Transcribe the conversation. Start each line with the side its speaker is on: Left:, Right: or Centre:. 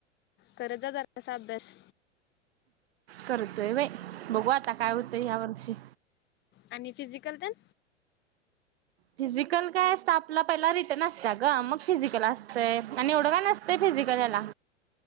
Left: करत जा जरासा अभ्यास
Right: करतोय बाई, बघू आता काय होतंय या वर्षी.
Left: आणि फिजिकल तेन?
Right: फिजिकल काय स्टाफला पहिला रिटर्न अस त्या ग मग फिजिकल असतंय आणि एवढं काय नसतंय फिजिकल याला